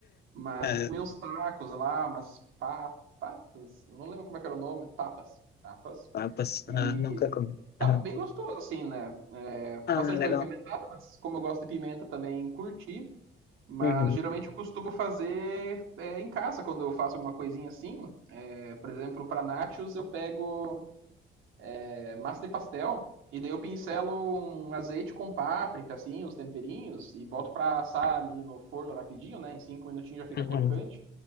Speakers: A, on the right; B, on the left.
A: Mas
B: É,
A: eu comi uns tacos lá, umas pa- patas, não lembro como é que era o nome, tapas, tapas.
B: vai passar.
A: E
B: Ah, nunca comi.
A: tava
B: Aham.
A: bem gostoso, assim, né? É,
B: Ah,
A: bastante
B: legal.
A: coisa pimentada, mas como eu gosto de pimenta também, curti. Mas
B: Uhum,
A: geralmente eu costumo fazer é, em casa, quando eu faço alguma coisinha assim. É, por exemplo, para nachos eu pego é, massa de pastel. E daí eu pincelo um azeite com páprica, assim, uns temperinhos, e boto pra assar ali no forno rapidinho, né? Em cinco minutinhos já fica
B: uhum.
A: crocante.